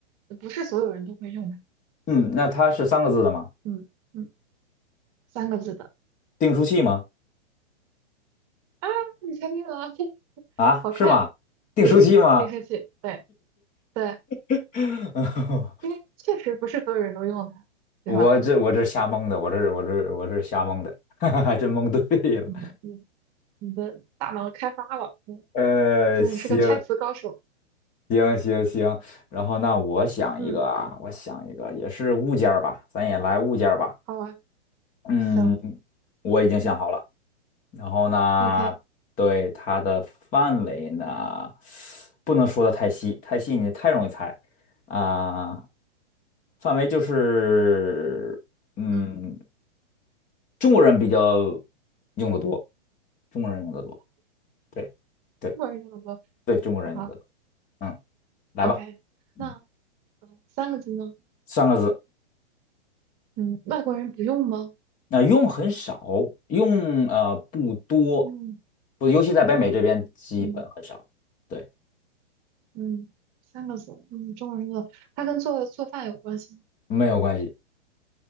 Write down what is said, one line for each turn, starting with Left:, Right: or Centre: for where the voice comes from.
Right: 不是所有人都会用的。
Left: 嗯，那它是三个字的吗？
Right: 嗯嗯，三个字的。
Left: 订书器吗？
Right: 啊，你猜对了，<laughs> 这
Left: 啊，
Right: 好快！
Left: 是吗？订书器吗？
Right: 对，净化器，对对，
Left: <laughs>
Right: 因为确实不是所有人都用它，
Left: 我这我这瞎蒙的，
Right: 对吧？
Left: 我这我这我这瞎蒙的，<laughs> 还真蒙对了。
Right: 嗯，你你的大脑开发了，嗯，
Left: 呃，
Right: 现在你是个猜词高手，
Left: 行，行行行，然后那我想一个啊，
Right: 嗯，
Left: 我想一个也是物件儿吧，咱也来物件儿吧。
Right: 好啊，
Left: 嗯，
Right: 行，
Left: 我已经想好了。
Right: 嗯
Left: 然后呢，
Right: ，OK，
Left: 对它的范围呢，不能说的太细，太细你太容易猜啊。范围就是，嗯，
Right: 嗯，
Left: 中国人比较用的多，中国人用的多，对对
Right: 中国人用的多，
Left: 对，中国人用的多。
Right: 好，哈，
Left: 嗯，来吧，
Right: o k
Left: 嗯，
Right: 那呃三个字呢？
Left: 三个字。
Right: 嗯，外国人不用吗？
Left: 那、用很少，用呃不多，
Right: 嗯
Left: 不，尤其在北美这边基本很少。
Right: 嗯
Left: 对，
Right: 嗯，三个字，嗯，中国人用的，它跟做做饭有关系吗？
Left: 没有关系。